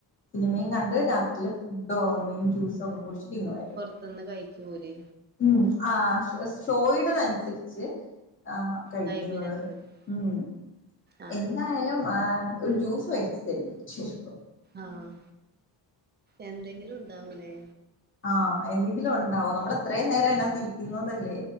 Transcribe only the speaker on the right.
പൊറത്തുന്ന് കഴിച്ചു പോരേ
ടൈമിനനുസരിച്ച്
ആ
ആഹ് എന്തെങ്കിലും ഉണ്ടാവുലേ